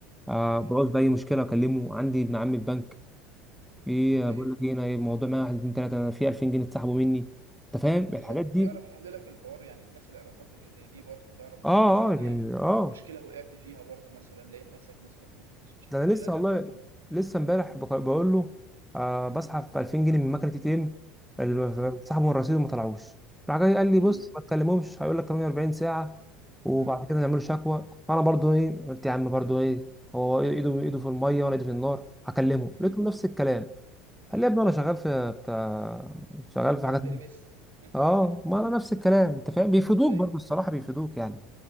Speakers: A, in the centre; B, on the right.
A: آه
B: دي حقيقة
A: بعوز باي مشكله اكلمه عندي ابن عمي في
B: مم.
A: بنك ايه
B: أيوة
A: بقول لك ايه انا الموضوع معايا واحد اتنين تلاته انا في 2000 جنيه اتسحبوا مني انت فاهم
B: بالظبط
A: الحاجات دي
B: يعرف يحللك الحوار يعني الناس العلاقات اللي زي دي برضه تعرف
A: اه
B: يعني مثلا
A: اه يعني
B: إيه
A: اه
B: مشكلة وقعت فيها برضه مثلا لقيت نفسك مسنوق في فلوس مش
A: ده
B: عارف
A: انا
B: إيه
A: لسه
B: لازم
A: والله
B: برضه
A: لسه امبارح
B: مم.
A: بق- بقول له آه
B: مم.
A: بسحب في 2000 جنيه من مكنه اي تي ام
B: مم.
A: سحبوا الرصيد وما طلعوش راح جاي قال لي
B: مم.
A: بص ما تكلمهمش هيقول لك 48 ساعه وبعد
B: مم.
A: كده نعملوا شكوى فانا برضو ايه قلت يا عم برضو
B: مم.
A: ايه هو ايده ايده في الميه وانا ايدي في النار هكلمه
B: مم.
A: لقيته نفس الكلام قال
B: مم.
A: لي يا ابني انا شغال في بتاع شغال
B: بتاع
A: في حاجات
B: ترمس <laughs>
A: اه ما انا نفس الكلام انت فاهم بيفيدوك
B: أيوة
A: برضو الصراحه بيفيدوك يعني